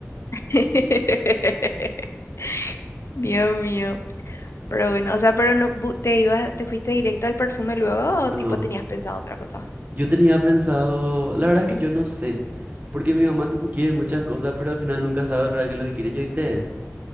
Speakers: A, on the left (about 60°); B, on the right (about 30°).
A: <laughs> Dios mío. Pero bueno, o sea, pero no bu- te ibas, te fuiste directo al perfume luego
B: No,
A: o tipo tenías pensado otra cosa.
B: yo tenía pensado, la verdad es que yo no sé. Porque mi mamá, tipo, quiere muchas cosas, pero al final nunca sabe realmente qué es lo que quiere. Yo, ¿viste?